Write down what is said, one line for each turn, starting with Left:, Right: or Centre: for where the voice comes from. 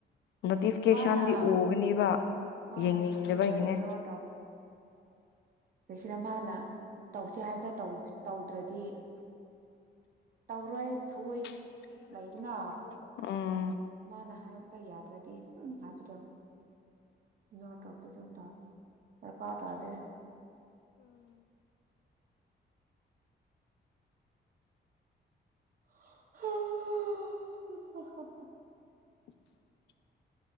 Left: ꯅꯣꯇꯤꯐꯤꯀꯦꯁꯟꯗꯤ
Right: ꯃꯥꯅ
Left: ꯎꯒꯅꯦꯕ
Right: ꯃꯥꯅ
Left: ꯌꯦꯡꯅꯤꯡꯗꯕꯒꯤꯅꯦ
Right: ꯈꯪꯔꯒ ꯏꯒꯅꯣꯔ ꯔꯃꯅ ꯇꯧꯁꯦ ꯍꯥꯏꯕꯗ ꯇꯧꯗ꯭ꯔꯗꯤ ꯇꯧꯔꯣꯏ ꯊꯑꯣꯏ
Left: <unintelligible>
Right: ꯂꯩꯗꯅ
Left: ꯎꯝ
Right: ꯃꯥꯅ ꯍꯥꯏꯕꯗ ꯌꯥꯗ꯭ꯔꯗꯤ ꯎ ꯍꯥꯏꯕꯗꯣ ꯅꯣꯠꯇꯣꯗꯣ ꯑꯗꯨꯝ ꯇꯧꯅꯤ ꯀꯄꯥꯥ ꯇꯥꯗꯦ <unintelligible>
Left: <unintelligible>